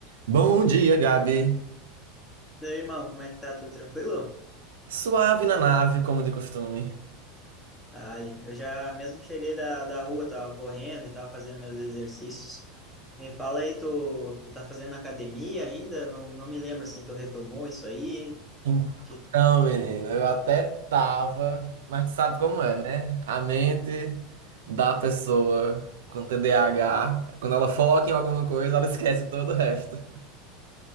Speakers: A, on the right (about 80°); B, in the centre.
A: Bom dia, Gabi.
B: Meu irmão, como é que tá? Tudo tranquilo?
A: Suave na nave, como de costume.
B: Ah, Ali, eu já mesmo cheguei da, da rua, tava correndo e tava fazendo meus exercícios. Me fala aí, tu, tu tá fazendo academia ainda? Não, não me lembro assim, tu retomou isso aí?
A: Então,
B: Que,
A: menino, eu até tava, mas tu sabe como é, né? A mente da pessoa com TDAH, quando ela foca em alguma coisa, ela esquece todo o resto.